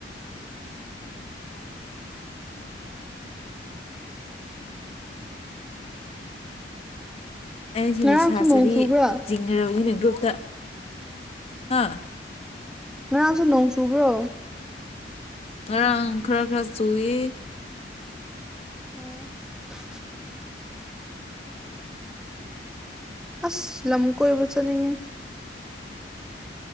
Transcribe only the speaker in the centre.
ꯉꯔꯥꯡꯁꯨ
ꯅꯣꯡ ꯆꯨꯕ꯭ꯔꯥ
ꯉꯔꯥꯡꯁꯨ ꯅꯣꯡ ꯆꯨꯕ꯭ꯔꯣ
<unintelligible> ꯑꯁ ꯂꯝ ꯀꯣꯏꯕ ꯆꯅꯤꯡꯉꯦ